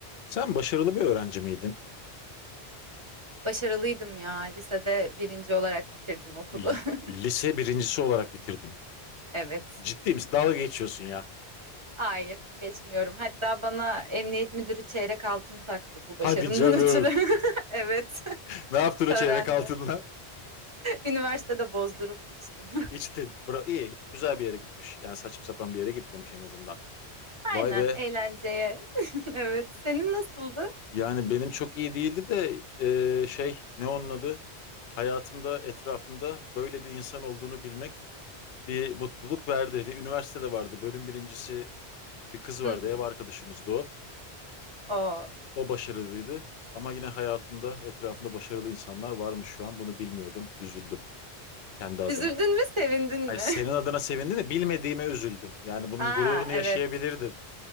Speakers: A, on the left; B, on the right.
A: Sen başarılı bir öğrenci miydin?
B: Başarılıydım ya. Lisede birinci olarak bitirdim okulu.
A: L-
B: <laughs>
A: lise birincisi olarak bitirdin.
B: Evet.
A: Ciddi misin? Dalga geçiyorsun ya.
B: Hayır, geçmiyorum. Hatta bana emniyet müdürü çeyrek altın taktı bu
A: Hadi
B: başarımdan
A: canım.
B: ötürü. <laughs> Evet. <laughs>
A: Ne yaptın o
B: Törende.
A: çeyrek altınla?
B: Üniversitede bozdurup içtim.
A: İçtin. Bra iyi. Güzel bir yere gitmiş. Yani saçıp sapan bir yere gitmemiş en azından.
B: <laughs>
A: Vay
B: Aynen,
A: be.
B: eğlenceye. <laughs> Evet. Senin nasıldı?
A: Yani benim çok iyi değildi de e, şey ne onun adı? Hayatımda etrafımda böyle bir insan olduğunu bilmek bir mutluluk verdi. Bir üniversitede vardı. Bölüm birincisi bir kız vardı.
B: Hı hı.
A: Ev arkadaşımızdı o.
B: Oo.
A: O başarılıydı ama yine hayatımda etrafımda başarılı insanlar varmış şu an. Bunu bilmiyordum. Üzüldüm kendi adıma.
B: Üzüldün mü, sevindin mi?
A: Ay senin adına sevindim de bilmediğime üzüldüm. Yani bunun
B: <laughs> Aa,
A: gururunu yaşayabilirdim.
B: evet.